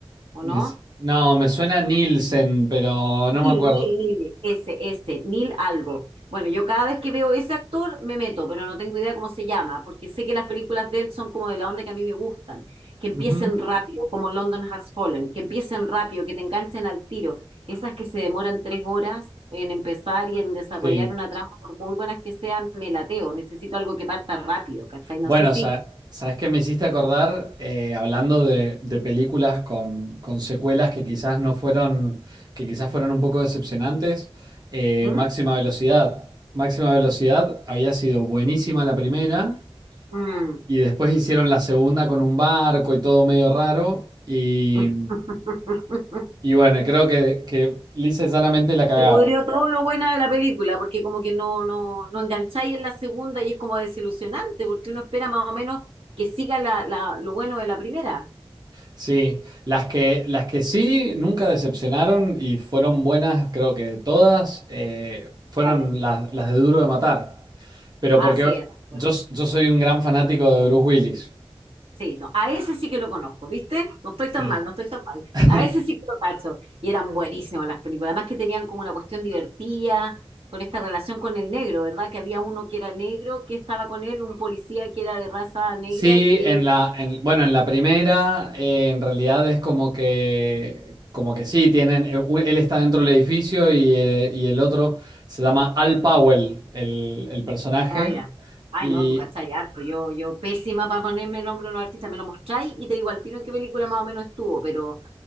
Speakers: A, on the right; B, on the right.
A: ¿o
B: me-
A: no?
B: no, me suena Nielsen, pero no
A: Neil,
B: me acuerdo.
A: Neil, Neil, ese, ese, Neil algo. Bueno, yo cada vez que veo ese actor me meto, pero no tengo idea cómo se llama, porque sé que las películas de él son como de la onda que a mí me gustan, que empiecen
B: Ujú,
A: rápido, como London Has Fallen, que empiecen rápido, que te enganchen al tiro. Esas que se demoran tres horas en empezar y en desarrollar
B: sí.
A: una trama, por muy buenas que sean, me lateo. Necesito algo que parta rápido, ¿cachai? No
B: Bueno,
A: sé si...
B: sa- ¿sabes qué me hiciste acordar? Eh, hablando de, de películas con, con secuelas que quizás no fueron, que quizás fueron un poco decepcionantes. eh,
A: ¿Mm?
B: Máxima Velocidad. Máxima Velocidad había sido buenísima la primera.
A: Mm.
B: Y después hicieron la segunda con un barco y todo medio raro. Y,
A: <laughs>
B: y bueno, creo que, que lisa y llanamente la cagaron.
A: Se pudrió todo lo bueno de la película, porque como que no, no, no engancháis en la segunda y es como desilusionante, porque uno espera más o menos que siga la, la- lo bueno de la primera.
B: Sí, las que, las que sí nunca decepcionaron y fueron buenas, creo que todas, eh, fueron
A: Vale.
B: las, las de Duro de Matar. Pero
A: Ah,
B: porque
A: sí era. Bueno,
B: yo, yo soy
A: bueno.
B: un gran fanático de Bruce Willis.
A: Sí, no, A ese sí que lo conozco, ¿viste? No estoy
B: Sí.
A: tan mal, no estoy tan mal.
B: <laughs>
A: A ese sí que lo cacho. Y eran buenísimas las películas. Además que tenían como una cuestión divertida, con esta relación con el negro, ¿verdad? Que había uno que era negro, que estaba con él, un policía que era de raza negra,
B: Sí,
A: que
B: en la, en- bueno, en la primera, eh, en realidad es como que, como que sí, tienen, eh, u- él está dentro del edificio y, eh, y el otro se llama Al Powell, el, el personaje.
A: Ah, ya. Ay,
B: Y
A: no, tú cachai harto. Yo, yo pésima para ponerme el nombre de los artistas. Me lo mostráis y te digo al tiro en qué película más o menos estuvo, pero